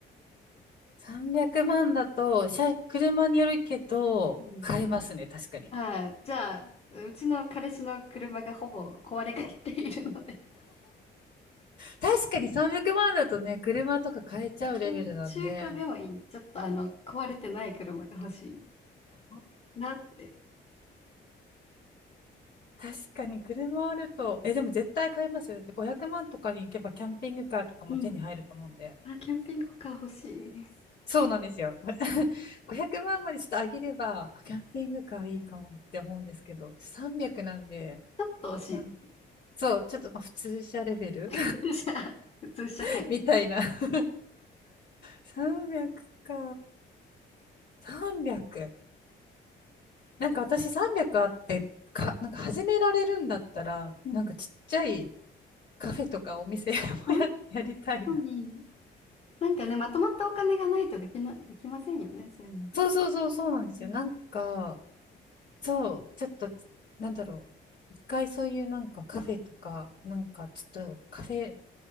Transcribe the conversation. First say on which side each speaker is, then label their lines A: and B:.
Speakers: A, on the left; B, on the left.
A: 300万だと、車、車によるけど、
B: うん
A: 買えますね、確かに。
B: ああ、じゃあ、うちの彼氏の車がほぼ壊れかけているので、
A: 確かに300万だとね、車とか買えちゃうレベルなんで、
B: <laughs> うん中古でもいいんで、ちょっとあの、壊れてない車が欲しいなって。
A: 確かに車あると、え、でも絶対買いますよね。だって500万とかに行けばキャンピングカーとかも手に入ると思うんで。
B: うん。あ、キャンピングカー欲しいです。
A: そうなんですよ。<laughs>
B: うん
A: 500万まんまでちょっと上げれば、あキャンピングカーいいかもって思うんですけど、300なんで、
B: ちょっと惜しい。
A: まあ、そう、ちょっとまあ普通車レベル
B: <laughs> 普通普通社会。
A: <laughs> みたいな。<laughs> 300か、300。なんか私300あってか、なんか始められるんだったら、
B: うん。
A: なんかちっちゃいカフェとかお店 <laughs> もや、
B: 確
A: <laughs> やりたいな。
B: かに。なんかね、まとまったお金がないとできな、できませんよね、そういうの。
A: そうそうそうそうなんですよ。
B: うん。
A: なんか、そう、ちょっと、なんだろう。一回そういうなんかカフェとか、なんかちょっとカフェ、